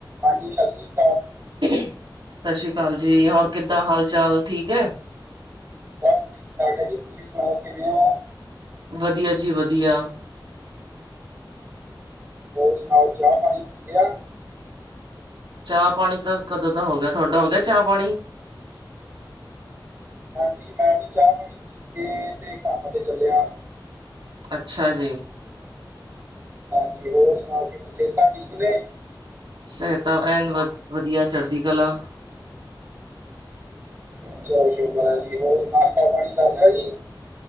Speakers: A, on the right; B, on the right.
A: ਹਾਂਜੀ, ਸਤਿ ਸ਼੍ਰੀਾਲ।
B: ਸਤਿ ਸ੍ਰੀ ਅਕਾਲ ਜੀ। ਹੋਰ ਕਿੱਦਾਂ ਹਾਲ- ਚਾਲ ਠੀਕ ਹੈ?
A: ਬਸ ਠੀਕ- ਠਾਕ ਹੈ ਜੀ। ਤੁਸੀਂ ਸੁਣਾਓ ਕਿਵੇਂ ਹੋ?
B: ਵਧੀਆ ਜੀ ਵਧੀਆ।
A: ਹੋਰ ਸੁਣਾਓ, ਚਾਹ- ਪਾਣੀ ਪੀ ਲਿਆ।
B: ਚਾਹ- ਪਾਣੀ ਤਾਂ ਕਦੋਂ ਤਾਂ ਹੋ ਗਿਆ। ਤੁਹਾਡਾ ਹੋ ਗਿਆ ਚਾਹ- ਪਾਣੀ?
A: ਹਾਂਜੀ, ਮੈਂ ਵੀ ਚਾਹ- ਪਾਣੀ ਪੀ ਕੇ। ਤੇ ਕੰਮ ਤੇ ਚੱਲਿਆ।
B: ਅੱਛਾ ਜੀ।
A: ਹਾਂਜੀ, ਹੋਰ ਸੁਣਾਓ, ਕਿਵੇਂ ਸਿਹਤਾਂ ਠੀਕ ਨੇ?
B: ਸਹਾਇਤਾ ਅਹਨ ਵਧ ਵਧੀਆ, ਚੜਦੀ ਕਲਾ।
A: ਚਲੋ ਸ਼ੁਕਰ ਹੈ ਜੀ। ਹੋਰ ਨਾਸ਼ਤਾ ਪਾਣੀ ਕਰ ਰਿਹਾ ਜੀ।